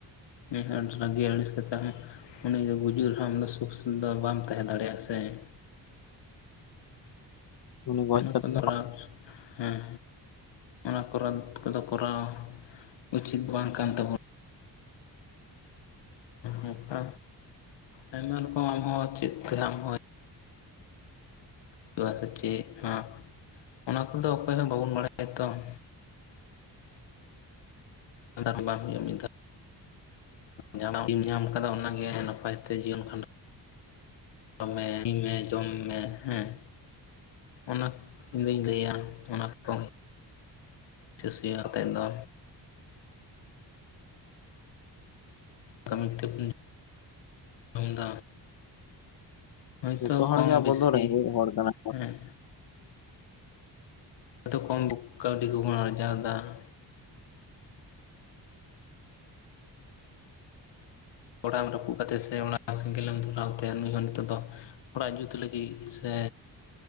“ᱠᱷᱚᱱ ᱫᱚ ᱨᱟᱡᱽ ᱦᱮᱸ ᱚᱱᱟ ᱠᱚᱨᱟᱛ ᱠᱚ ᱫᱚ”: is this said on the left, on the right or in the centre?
Left